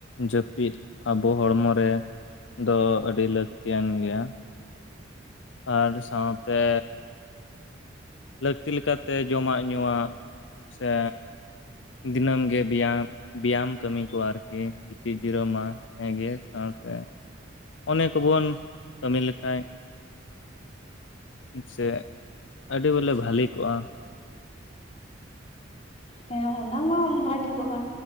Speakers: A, on the left; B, on the left.
A: ᱡᱟᱹᱯᱤᱫ ᱟᱵᱚ ᱦᱚᱲᱢᱚ ᱨᱮ ᱫᱚ ᱟᱹᱰᱤ ᱞᱟᱹᱠᱛᱤᱭᱟᱱ ᱜᱮᱭᱟ ᱟᱨ ᱥᱟᱶᱛᱮ ᱞᱟᱹᱠᱛᱤ ᱞᱮᱠᱟᱛᱮ ᱡᱚᱢᱟᱜ ᱧᱩᱣᱟᱜ ᱥᱮ ᱫᱤᱱᱟᱹᱢ ᱜᱮ ᱵᱮᱭᱟᱢ ᱵᱮᱭᱟᱢ ᱠᱟᱹᱢᱤ ᱠᱚᱣᱟ ᱟᱨᱠᱤ ᱜᱤᱛᱤᱡᱽ ᱡᱤᱨᱟᱹ ᱢᱟ ᱦᱮᱸ ᱜᱮ ᱥᱟᱣᱛᱮ ᱚᱱᱮ ᱠᱚᱵᱚᱱ ᱠᱟᱹᱢᱤ ᱞᱮᱠᱟᱡᱽ ᱥᱮ ᱟᱹᱰᱤ ᱵᱚᱞᱮ ᱵᱷᱟᱞᱤ ᱠᱚᱜ-ᱟ
B: ᱦᱮᱸ ᱚᱱᱟ ᱢᱟ ᱵᱷᱟᱹᱜᱤ ᱠᱚᱜ-ᱟ